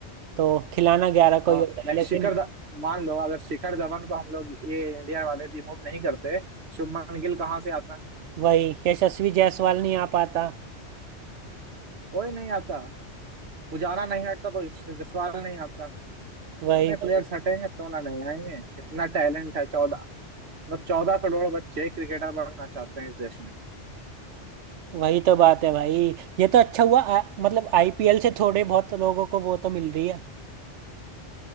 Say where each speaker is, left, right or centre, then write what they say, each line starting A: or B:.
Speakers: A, on the right; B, on the right.
A: तो खिलाना ग्यारह
B: हाँ
A: को ही होता
B: लाइक
A: है लेकिन
B: शिखर ध- मान लो अगर शिखर धवन को हम लोग ये इंडिया वाले रिमूव नहीं करते शुभमन गिल कहाँ से आता
A: वही यशस्वी जायसवाल नहीं आ पाता
B: कोई नहीं आता पुजारा नहीं हटता तो जसवाल नहीं आता
A: वही
B: आने
A: वही
B: प्लेयर्स हटेंगे तो ना नहीं आएंगे इतना टैलेंट है चौदह मतलब चौदह करोड़ बच्चे क्रिकेटर बनना चाहते हैं इस देश में
A: वही तो बात है भाई ये तो अच्छा हुआ आ, मतलब आईपीएल से थोड़े बहुत लोगों को वो तो मिल रही है